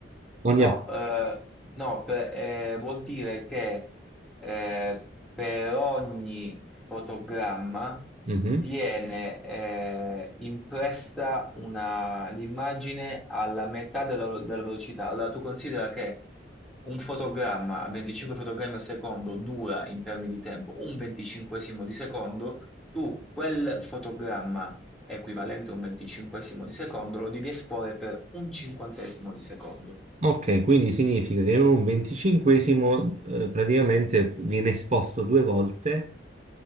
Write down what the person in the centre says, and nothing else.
No,
eh, no, per- eh, vuol dire che eh, per ogni fotogramma
viene eh, impressa una- l'immagine alla metà della, della velocità. Allora tu considera che un fotogramma a 25 fotogrammi al secondo dura in termini di tempo un venticinquesimo di secondo, tu quel fotogramma equivalente a un venticinquesimo di secondo lo devi esporre per un cinquantesimo di secondo.